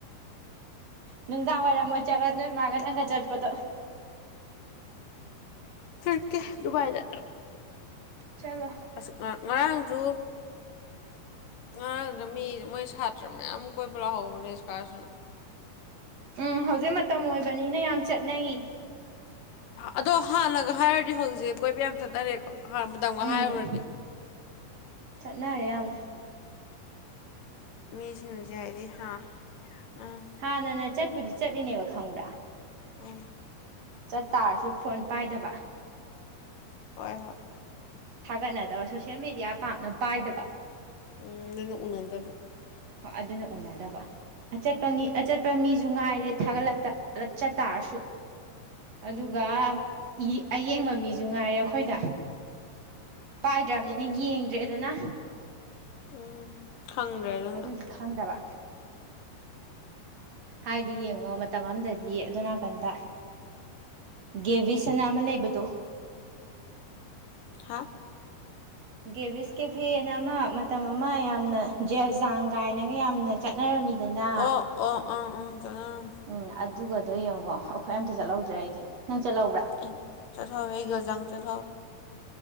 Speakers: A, on the right; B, on the left.
A: ꯅꯨꯡꯗꯥꯡ ꯋꯥꯏꯔꯝ ꯑꯣꯏ ꯆꯠꯂꯣ ꯅꯣꯏ ꯃꯥꯥꯒ ꯅꯪꯒ ꯆꯠꯄꯗꯣ
B: ꯆꯠꯀꯦ ꯗꯨꯕꯥꯥꯏꯗ
A: ꯆꯜꯂꯣ
B: ꯑꯁꯨꯛ ꯉꯥꯛ ꯉꯔꯥꯡꯖꯨ ꯉꯔꯥꯡꯗ ꯃꯤ ꯃꯣꯏ ꯁꯥꯠ ꯇ꯭ꯔ ꯃꯌꯥꯝ ꯑꯝ ꯀꯣꯏꯕ ꯂꯥꯍꯧꯕꯅꯦ ꯏꯁꯀꯥꯔꯁꯟ
A: ꯎꯝ ꯍꯧꯖꯤꯛ ꯃꯇꯝ ꯑꯣꯏꯕꯅꯤꯅ ꯌꯥꯝ ꯆꯠꯅꯩ
B: ꯑꯗꯣ ꯍꯥꯟꯅꯒ ꯍꯥꯏꯔꯨꯔꯗꯤ ꯍꯧꯖꯤꯛ ꯀꯣꯏꯕ ꯌꯥꯝ ꯆꯠꯅꯔꯦꯀꯣ ꯍꯥꯟꯅ ꯃꯇꯝꯒ
A: ꯎꯝ
B: ꯍꯥꯏꯔꯨꯔꯗꯤ
A: ꯆꯠꯅꯔꯦ ꯌꯥꯝꯅ
B: ꯃꯤꯁꯤꯡꯁꯦ ꯍꯥꯏꯗꯤ ꯍꯥꯥ ꯎꯝ
A: ꯍꯥꯟꯅꯅꯥ ꯆꯠꯄꯨꯗꯤ ꯆꯠꯂꯤꯅꯦꯕ ꯈꯪꯕ꯭ꯔꯥ
B: ꯎꯝ
A: ꯆꯠ ꯇꯥꯥꯔꯁꯨ ꯐꯣꯟ ꯄꯥꯏꯗꯕ
B: ꯍꯣꯏ ꯍꯣꯏ
A: ꯊꯥꯒꯠꯅꯗꯕ ꯁꯣꯁꯦꯜ ꯃꯦꯗꯤꯌꯥ ꯄꯥꯛꯅ ꯄꯥꯏꯗꯕ
B: ꯎꯝ ꯑꯗꯨꯅ ꯎꯅꯗꯕ
A: ꯍꯣꯏ ꯑꯗꯨꯅ ꯎꯅꯗꯕ ꯑꯆꯠꯄ ꯉꯤ ꯑꯆꯠꯄ ꯃꯤꯖꯨ ꯉꯥꯏꯔꯦ ꯊꯥꯒꯠꯂꯛꯇꯂꯞ ꯆꯠꯇꯥꯥꯔꯁꯨ ꯑꯗꯨꯒ
B: ꯎꯝ
A: ꯏ ꯑꯌꯦꯡꯕ ꯃꯤꯁꯨ ꯉꯥꯏꯔꯦ ꯑꯈꯣꯏꯗ ꯄꯥꯏꯗ꯭ꯔꯝꯅꯤꯅ
B: ꯎꯝ
A: ꯌꯦꯡꯗ꯭ꯔꯦꯗꯅ
B: ꯎꯝ ꯈꯪꯗ꯭ꯔꯦ ꯑꯗꯨꯅ
A: ꯑꯗꯨꯒꯤ ꯈꯪꯗꯕ ꯍꯥꯏꯗꯤ ꯌꯦꯡꯉꯣ ꯃꯇꯝ ꯑꯗꯗꯤ ꯑꯗꯣꯟ ꯅꯥꯀꯟꯗ ꯒꯦꯕꯤꯁ ꯑꯟꯅꯥ ꯑꯃ ꯂꯩꯕꯗꯣ
B: ꯍꯥꯥ
A: ꯒꯦꯕꯤꯁ ꯀꯦꯐꯦꯑꯅꯥ ꯑꯃ ꯃꯇꯝ ꯑꯃ ꯌꯥꯝꯅ ꯖꯦꯜꯖꯥꯡ ꯀꯥꯏꯅꯒ ꯌꯥꯝꯅ ꯆꯠꯅꯔꯝꯃꯤꯗꯅ
B: ꯑꯣ ꯑꯣ ꯑꯥ ꯎꯝ ꯆꯠꯅꯔꯝꯃꯦ
A: ꯎꯝ ꯑꯗꯨꯒꯗꯣ ꯌꯦꯡꯉꯣ ꯑꯈꯣꯏ ꯑꯝꯇ ꯆꯠꯂꯧꯗ꯭ꯔꯦ ꯑꯩꯗꯤ ꯅꯪ ꯆꯠꯂꯧꯕ꯭ꯔꯥ
B: ꯑꯩ ꯆꯠꯍꯧꯋ‌ꯦ ꯑꯩ ꯒ‌ꯦꯜꯖꯥꯡ ꯆꯠꯍꯧ